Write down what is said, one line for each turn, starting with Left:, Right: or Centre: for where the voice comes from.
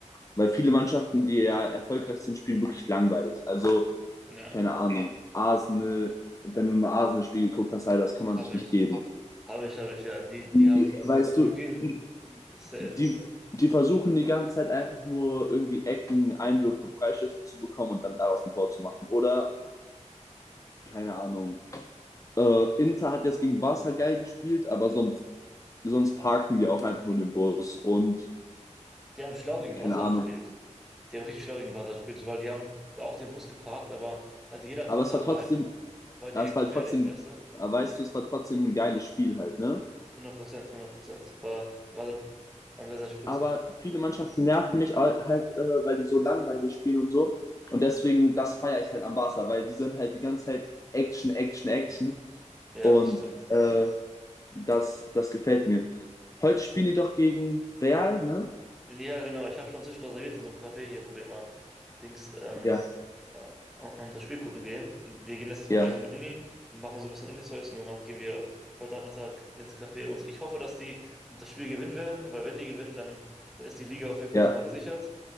Left: weil viele Mannschaften, die ja erfolgreich sind, spielen wirklich langweilig. Also
Centre: ja.
Left: keine Ahnung, Arsenal, wenn du mal Arsenal-Spiel geguckt hast, Alter, das kann man
Centre: Habe
Left: sich nicht
Centre: ich.
Left: geben.
Centre: Habe ich, habe ich, ja. Die, die
Left: Die,
Centre: haben
Left: weißt
Centre: nur
Left: du,
Centre: gegen
Left: die,
Centre: Safe.
Left: die versuchen die ganze Zeit einfach nur irgendwie Ecken, Einwürfe, Freischüsse zu bekommen und dann daraus ein Tor zu machen. Oder, keine Ahnung. Äh, Inter hat jetzt gegen Barca geil gespielt, aber sonst, sonst parken die auch einfach nur den Bus und
Centre: Die haben schlau gegen
Left: keine
Centre: Barca
Left: Ahnung.
Centre: gespielt. Die haben richtig florigen Ball gespielt, so, weil die haben da auch den Bus geparkt, aber also jeder Konter
Left: Aber es war trotzdem,
Centre: war halt, war halt
Left: es
Centre: direkt
Left: war
Centre: gefährlich,
Left: trotzdem,
Centre: weißt du?
Left: weißt du, es war trotzdem ein geiles Spiel halt, ne?
Centre: 100 Prozent, 100 Prozent. War, war ähm, sehr, sehr spritzig.
Left: aber viele Mannschaften nerven mich halt, äh, weil die so langweilig spielen und so. Und deswegen, das feiere ich halt am Barca, weil die sind halt die ganze Zeit Action, Action, Action.
Centre: Ja,
Left: Und
Centre: das stimmt.
Left: äh, das, das gefällt mir. Heute spielen die doch gegen Real, ne?
Centre: Ja, genau. Ich habe schon Tisch reserviert in so einem Café hier, wo wir immer Dings ähm,
Left: Ja,
Centre: äh, am am das Spiel gucken gehen. Wir gehen jetzt erstmal
Left: ja,
Centre: gleich in die Uni, machen so ein bisschen Uni-Zeugs und danach gehen wir heute Nachmittag ins Café. Und so. ich hoffe, dass die das Spiel gewinnen werden, weil wenn die gewinnen, dann, dann ist die Liga auf jeden Fall
Left: ja,
Centre: schon mal gesichert.